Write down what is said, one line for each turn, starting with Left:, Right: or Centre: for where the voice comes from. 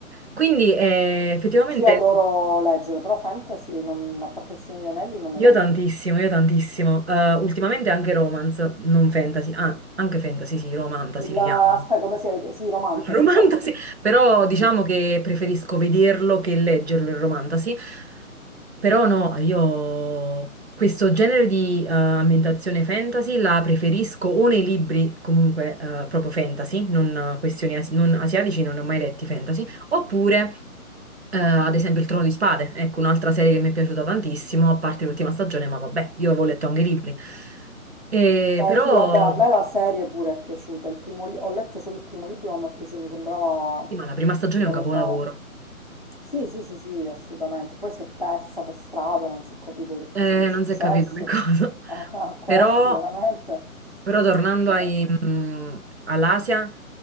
Right: Quindi eh, effettivamente
Left: adoro leggere, però fantasy, non, a parte il Signore degli Anelli, non
Right: io
Left: ne leggo.
Right: tantissimo, io tantissimo. Eh, ultimamente anche romance, non fantasy, ah, anche fantasy, sì, romantasy
Left: Il,
Right: li
Left: aspetta,
Right: chiamano.
Left: come si è? Sì, romantasy,
Right: Il romantasy,
Left: esatto.
Right: però diciamo
Left: Sì.
Right: che preferisco vederlo che leggerlo il romantasy. Però no, io questo genere di eh, ambientazione fantasy la preferisco o nei libri comunque eh, proprio fantasy, non eh, questioni asi- non asiatici, non ne ho mai letti fantasy, oppure eh, ad esempio Il Trono di Spade, ecco un'altra serie che mi è piaciuta tantissimo, a parte l'ultima stagione, ma vabbè, io avevo letto anche i libri. E
Left: Eh
Right: però
Left: sì, vabbè, a me la serie pure è piaciuta. Il primo li- ho letto solo il primo libro, non mi è piaciuto, mi sembrava,
Right: sì, ma la prima stagione
Left: non
Right: è un capolavoro.
Left: lo so. Sì, sì, sì, sì, assolutamente. Poi si è persa per strada, non si è capito che
Right: Eh,
Left: cosa gli è successo
Right: non si è capito che cosa,
Left: a, a questi,
Right: però
Left: veramente.
Right: però tornando
Left: Però-
Right: ai, mm, all'Asia,